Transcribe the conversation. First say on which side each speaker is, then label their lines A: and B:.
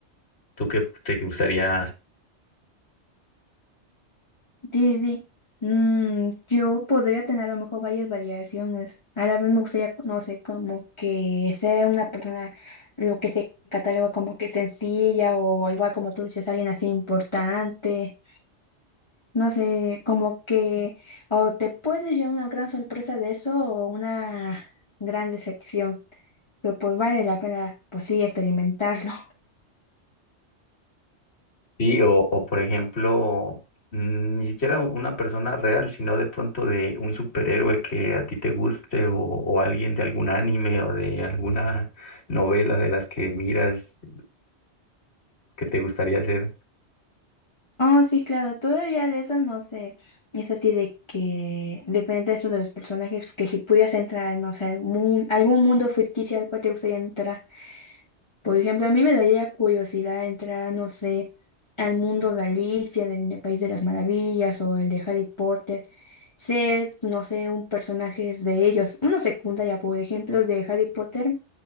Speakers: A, on the left; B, on the left.
A: ¿tú qué te gustaría?
B: Sí, sí. Mm, yo podría tener a lo mejor varias variaciones. A la vez me gustaría, no sé, como que ser una persona, lo que se cataloga como que sencilla o igual como tú dices, alguien así importante. No sé, como que o te puedes llevar una gran sorpresa de eso o una gran decepción. Pero pues vale la pena, pues sí, experimentarlo. <laughs>
A: Sí, o, o por ejemplo, mm, ni siquiera una persona real, sino de pronto de un superhéroe que a ti te guste o, o alguien de algún anime o de alguna novela de las que miras que te gustaría hacer.
B: Oh, sí, claro, todavía de eso no sé. Es así de que depende de eso de los personajes, que si pudieras entrar, no sé, algún, algún mundo ficticio al cual te gustaría entrar. Por ejemplo, a mí me daría curiosidad entrar, no sé, al mundo de Alicia, del País de las Maravillas o el de Harry Potter. Ser, no sé, un personaje de ellos. Uno secundaria, por ejemplo, de Harry Potter,